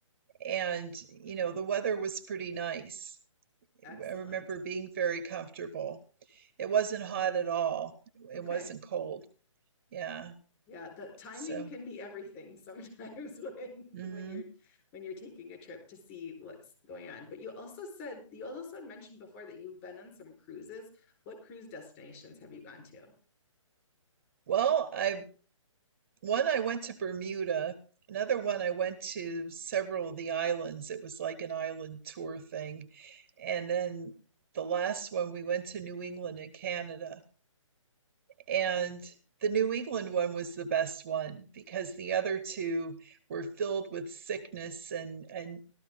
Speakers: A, on the right; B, on the left.
A: and, you know, the weather was pretty nice.
B: Excellent.
A: I remember being very comfortable. It wasn't hot at all.
B: Okay.
A: It wasn't cold. Yeah.
B: Yeah, the timing
A: So,
B: can be everything sometimes <laughs> when when
A: hmm
B: you're when you're taking a trip to see what's going on. But you also said you also had mentioned before that you've been on some cruises. What cruise destinations have you gone to?
A: well, I one I went to Bermuda. Another one I went to several of the islands. It was like an island tour thing. And then the last one we went to New England and Canada. And the New England one was the best one because the other two were filled with sickness and and